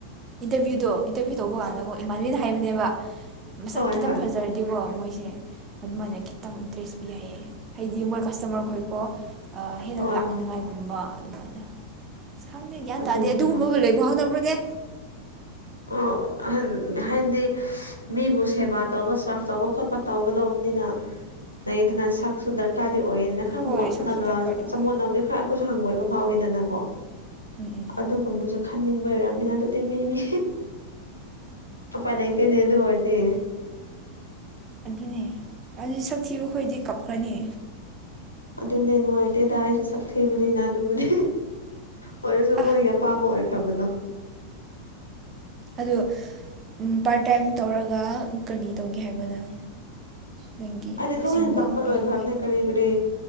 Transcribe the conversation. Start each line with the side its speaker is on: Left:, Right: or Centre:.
Right: ꯏꯟꯇꯔꯚꯤꯌꯨꯗꯣ ꯏꯟꯇꯔꯚꯤꯌꯨ ꯇꯧꯕ ꯀꯥꯟꯗꯒꯣ ꯏꯃꯥꯟꯅꯕꯤꯅ ꯍꯥꯏꯕꯅꯦꯕ ꯃꯁꯛ
Left: ꯍꯣꯏ
Right: ꯈꯤꯇꯪ
Left: ꯍꯣꯏ
Right: ꯐꯖꯔ ꯗꯤꯀꯣ ꯃꯣꯏꯁꯦ ꯑꯗꯨꯃꯥꯏꯅ ꯈꯤꯇꯪ ꯏꯟꯇꯔꯦꯁ ꯄꯤ ꯌꯥꯏꯌꯦ ꯍꯥꯏꯗꯤ ꯃꯣꯏ ꯀꯁꯇꯃꯔ ꯈꯣꯏꯀꯣ ꯑ ꯍꯦꯟꯅ
Left: ꯍꯣꯏ
Right: ꯂꯥꯛꯅꯅꯤꯉꯥꯏꯒꯨꯝꯕ
Left: ꯍꯣꯏ
Right: ꯑꯗꯨꯃꯥꯏꯅ ꯑꯁ ꯈꯪꯗꯦ ꯒ꯭ꯌꯥꯟ
Left: ꯑꯗꯨꯅꯤ
Right: ꯇꯥꯗꯦ ꯑꯗꯨꯒꯨꯝꯕꯕꯨ
Left: ꯍꯣꯏ
Right: ꯂꯩꯕꯨ ꯍꯧꯅꯕ꯭ꯔꯣꯅꯦ
Left: ꯑꯣ ꯍꯟ ꯍꯥꯏꯗꯤ ꯃꯤꯕꯨ ꯁꯦꯕꯥ ꯇꯧꯕ ꯁꯐ ꯇꯧꯕ ꯈꯣꯠꯄ ꯇꯧꯒꯗꯧꯕꯅꯤꯅ ꯂꯩꯗꯅ ꯁꯛ ꯁꯨ ꯗꯔꯀꯥꯔꯗꯤ ꯑꯣꯏꯌꯦꯗꯅ ꯈꯔ
Right: ꯍꯣꯏ
Left: ꯃꯣꯠꯂꯒ
Right: ꯁꯛꯁꯨ ꯗꯔꯀꯥꯔꯗꯤ ꯑꯣꯏꯌꯦ
Left: ꯆꯃꯣꯠꯅꯕꯗꯤ ꯈꯔ ꯑꯈꯣꯏꯁꯨ ꯍꯪꯒꯣꯏꯕ ꯐꯥꯎꯋꯦꯗꯅ ꯀꯣ
Right: ꯎꯝ ꯎꯝ
Left: ꯑꯗꯨꯒꯨꯝꯕꯁꯨ ꯈꯟꯅꯤꯡꯕꯩ ꯑꯣꯏꯔꯝꯅꯤꯅ ꯑꯗꯨꯗꯤ ꯃꯤ ꯃꯤ ꯎꯄꯥꯏꯂꯩꯇꯦꯅꯦ ꯑꯗꯨꯑꯣꯏꯔꯤ
Right: ꯑꯗꯨꯅꯦ ꯑꯗꯨ ꯁꯛꯊꯤꯕ ꯑꯈꯣꯏꯗꯤ ꯀꯞꯈ꯭ꯔꯅꯤ
Left: ꯑꯗꯨꯅꯦ ꯅꯨꯡꯉꯥꯏꯇꯦꯗ ꯑꯩꯁꯨ ꯁꯛꯊꯤꯕꯅꯤꯅ ꯑꯗꯨꯕꯨꯅꯦ ꯑꯣꯏꯔꯁꯨ
Right: ꯑꯥ
Left: ꯃꯣꯏꯒꯤ ꯑꯄꯥꯝꯕ ꯑꯣꯏ ꯈ꯭ꯔꯃꯅꯣ
Right: ꯑꯗꯣ ꯎꯝ ꯄꯥꯔꯠ ꯇꯥꯏꯝ ꯇꯧꯔꯒ ꯀꯔꯤ ꯇꯧꯒꯦ ꯍꯥꯏꯕ ꯅꯪ ꯅꯪꯒꯤ
Left: ꯑꯩꯗꯤ ꯂꯣꯏꯅ
Right: ꯑꯁꯦꯡꯕ
Left: ꯇꯝꯕ
Right: ꯑꯦꯝ
Left: ꯂꯣꯏꯈ꯭ꯔꯕꯅꯦ
Right: ꯏꯟ ꯂꯥꯏꯐ
Left: ꯀꯔꯤ ꯀꯔꯤ